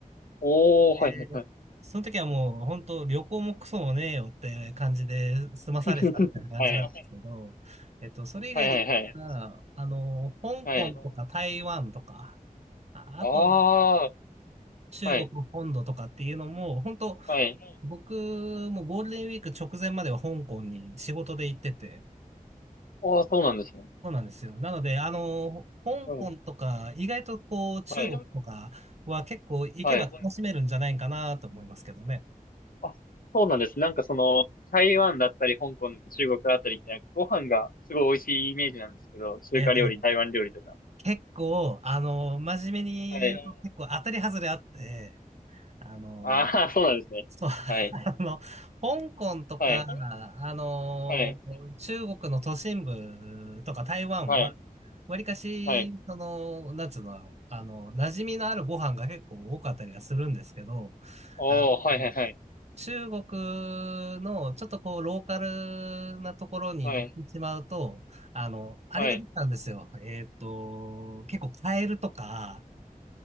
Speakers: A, on the left; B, on the right.
A: おー、
B: でその時はもう本当旅行もクソもねえよって感じで済まされてたみたいな感じなんですけど、
A: はいはい。<laughs> はすいまい。せん
B: えっと、それ以外で言ったら、
A: はいはいはい。
B: あの、香港とか台湾とか、
A: はあい。の
B: あ、あとは
A: ああ、
B: 中国本土とかっていうのも、
A: はい。
B: 本当
A: はい。
B: 僕もゴールデンウィーク直前までは香港に仕事で行ってて、
A: ああ、そうなんですね。
B: そうなんですよ。なので、あの、香港とか、
A: うん。
B: 意外とこう、中国とかは結構行けば楽しめるんじゃないかなと思いますけどね。
A: は違い。うとはい。ごめんなさいあ、そうなんです。なんかその、台湾だったり、香港、中国あたりって、なんかご飯がすごい美味しいイメージなんですけど、中華料理、
B: えっとね、
A: 台湾料理とか。
B: 結構、あの、真面目に言うと結構当たり外れあって、
A: はい。ね
B: あの、
A: ああ、そうなんですね。
B: そう、<laughs> あの、
A: はい。
B: 香港とか、
A: はい。これ
B: あの、
A: はい。
B: 中国の都心部とか台湾は、
A: はい。
B: わりかし、
A: はい。
B: その、なんつうの、あの、馴染みのあるご飯が結構多かったりはするんですけど、
A: おー、
B: あの
A: はいはいはい。
B: 中国のちょっとこうローカルなところに行ってしまうと、
A: はい。
B: あの、あれが出たんですよ。
A: はい。
B: えっと、結構カエルとか、